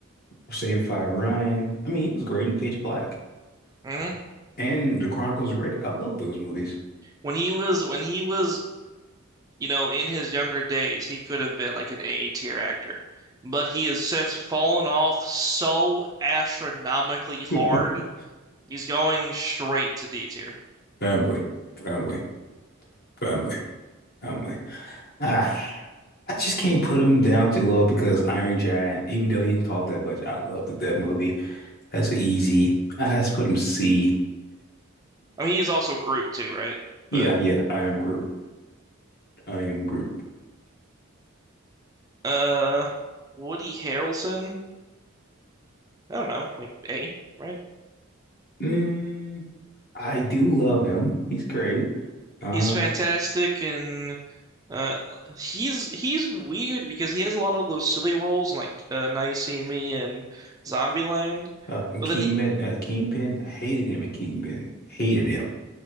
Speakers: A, on the left; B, on the right.
A: Saved by Ryan. I mean, he was great in Pitch Black
B: mhm.
A: and The Chronicles of Riddick. I love those movies.
B: When he was when he was you know in his younger days he could have been like an A tier actor. But he has since fallen off so astronomically hard
A: <laughs>
B: He's going straight to D tier.
A: Family, family, family, family. Ah, I just can't put him down too low because Iron Giant, even though he didn't talk that much, I loved that movie. That's a easy. I has to put him C.
B: I mean, he's also Groot too, right?
A: Yeah,
B: But
A: yeah, I am Groot. I am Groot.
B: uh, Woody Harrelson, I don't know, like A, right?
A: Mm, I do love him. He's great. Uh,
B: He's fantastic and uh, he's he's weird because he has a lot of those silly roles like uh, Now You See Me and Zombieland,
A: uh
B: but
A: Kingpin,
B: then he
A: uh, Kingpin. I hated him in Kingpin. Hated him.